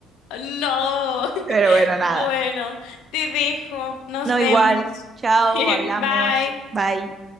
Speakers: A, on the left; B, on the right.
A: No. <laughs>
B: Pero bueno, nada.
A: Bueno, te dejo. Nos
B: No,
A: vemos.
B: igual. Chao,
A: <laughs>
B: hablamos.
A: Bye.
B: Bye.